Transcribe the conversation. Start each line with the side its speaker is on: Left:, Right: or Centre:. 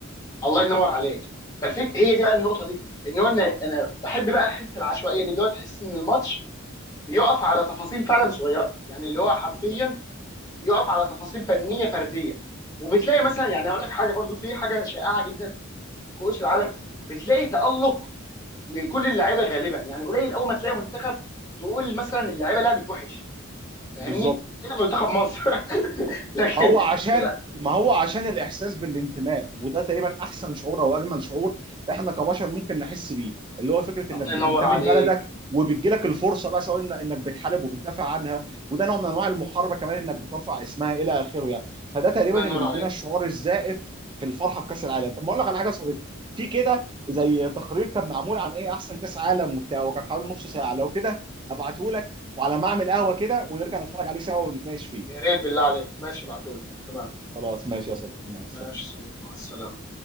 Left: الله ينور عليك فالفكره
Right: مم.
Left: هي دي بقى النقطه دي ان هو انا انا بحب بقى حته العشوائيه دي اللي هو تحس ان الماتش بيقف على تفاصيل فعلا صغيره يعني اللي هو حرفيا
Right: بالظبط
Left: بيقف على تفاصيل فنيه فرديه وبتلاقي
Right: مم.
Left: مثلا يعني اقول لك حاجه برضو في حاجه شائعه جدا كؤوس العالم بتلاقي تألق من كل اللعيبه غالبا يعني قليل اول ما تلاقي منتخب تقول مثلا اللعيبه لعبت وحش فاهمني؟
Right: بالظبط
Left: الا منتخب مصر <laughs> <applause> لكن
Right: ما هو عشان
Left: لا
Right: ما هو عشان الإحساس بالانتماء وده تقريبا أحسن شعور أو أجمل شعور إحنا كبشر ممكن نحس بيه اللي هو فكرة
Left: الله
Right: إنك بتنتمي
Left: ينور عليك
Right: لبلدك وبتجيلك الفرصة بقى سواء إن- إنك بتحارب وبتدافع عنها وده نوع من أنواع المحاربة كمان إنك بترفع اسمها إلى آخره يعني فده تقريبا
Left: الله ينور
Right: اللي بيدينا
Left: عليك
Right: الشعور الزائف في الفرحة بكأس العالم طب ما أقول لك على حاجة يا صديقي في كده زي تقرير كان معمول عن إيه أحسن كأس عالم وبتاع وكان حوالي نص ساعة لو كده أبعته لك وعلى ما أعمل قهوة كده ونرجع نتفرج عليه سوا ونتناقش فيه
Left: يا ريت بالله عليك ماشي ابعتولي تمام
Right: خلاص ماشي يا صديقي مع السلامة
Left: ماشي يا صديقي مع السلامه